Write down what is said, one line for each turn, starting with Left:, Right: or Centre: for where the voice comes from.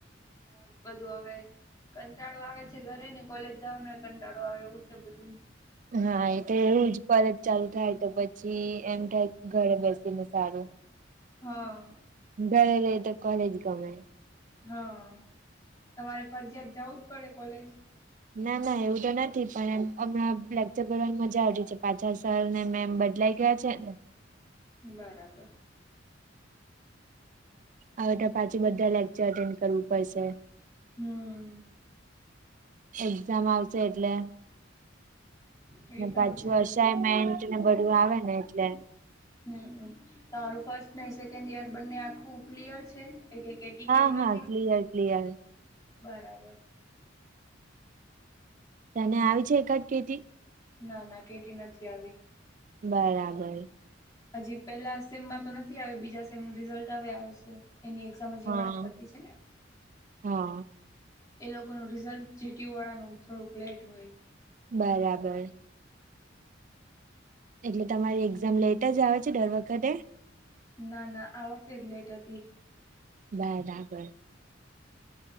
Left: હારુ બધું હવે કંટાળો આવે છે ઘરેને કોલેજ જાવાનો એ કંટાળો આવે એવું થયું બધું.
Right: હા એ તો એવું જ. કોલેજ ચાલુ થાય તો પછી એમ થાય ઘરે બેસીને સારું.
Left: હહ
Right: ઘરે રઈ તો કોલેજ ગમે.
Left: હહ તમારે ફરજીયાત જાવું જ પડે કોલેજ?
Right: ના ના એવું તો નથી. પણ એમ હમણાં લેક્ચર ભરવાની મજા આવી રી છે પાછા સરને મેમ બદલાય ગયા છે ને.
Left: બરાબર
Right: હવે તો પાછી બધા લેક્ચર અટેન્ડ કરવું પડશે.
Left: હમ
Right: એક્ઝામ આવશે એટલે
Left: એ
Right: ને
Left: પણ
Right: પાછું
Left: છે
Right: અસાઈમેન્ટને બધું આવે ને એટલે
Left: હમ તમારું ફર્સ્ટને સેકન્ડ યર બંને આખું ક્લિયર છે? એકે કેટ ટી
Right: હા
Left: કે એવું
Right: હા
Left: નથી?
Right: ક્લિયર ક્લિયર
Left: બરાબર.
Right: તને આવી છે એકાદ કેટી?
Left: ના ના કેટી નથી આવી.
Right: બરાબર
Left: હજી પેલા સેમમાં તો નથી આવી બીજા સેમનું રિઝલ્ટ હવે આવશે એની એક્ઝા તો હજી
Right: હા
Left: હમણાં જ પતી છે ને?
Right: હા
Left: એ લોકોનું રિઝલ્ટ જીટીયુ વાળાનું થોડુંક લેટ હોય.
Right: બરાબર એટલે તમારી એક્ઝામ લેટ જ આવે છે દર વખતે?
Left: ના ના આવકઈ લેટ હતી
Right: <unintelligible>